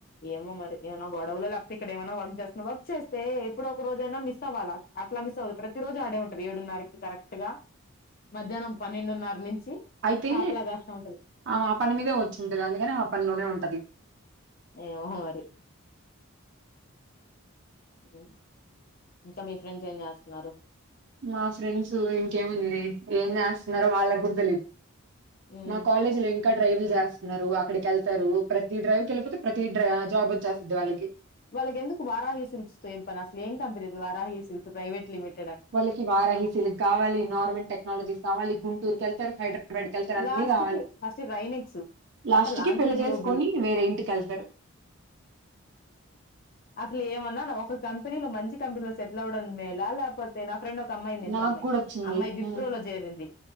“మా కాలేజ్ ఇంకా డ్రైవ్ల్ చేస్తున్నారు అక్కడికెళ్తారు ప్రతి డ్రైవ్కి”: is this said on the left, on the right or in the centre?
Right